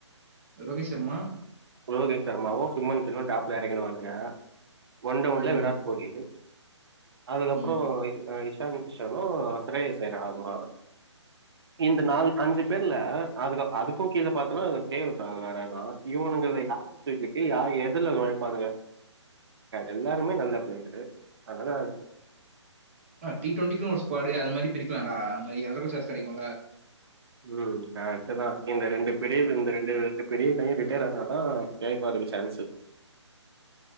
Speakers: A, on the right; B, on the right.
A: ரோஹித்ஷர்மா
B: ரோகிஷ் ஷர்மாவு சுமன் கில்லு டாப்ல எறங்கிறுவானுங்க ஒன் ரவுண்ட்ல
A: ம்.
B: விராட் கோலி அதுக்கப்பறோ
A: ம்.
B: டானி குஷனு சகயசேர ஆதுமா இந்த நாலு அஞ்சு பேர்ல அதுக்கு அதுக்கு கீழ பாத்தன்னா டேவிட்றாங் வேறஇர்க்கா இவுங்கல யாரு துக்கு யாரு எதுல ஒழைப்பானுங்க எல்லாருமே நல்ல பிளேயரு அதனால
A: அ டி டுவெண்டிக்கு ஒரு ஸ்குவாடு அது மாரி பிரிக்கலாடா அதுமாரி எல்லொருக்கு சான்ஸ் கெடைக்குல
B: ம் கர்ட்டுதா இந்த ரெண்டு பெரி
A: ம்.
B: இந்த ரெண்டு ரண்டு பெரிய கை ரிட்டையர் ஆன தா கெய்க்குவாடுக்கு சான்ஸு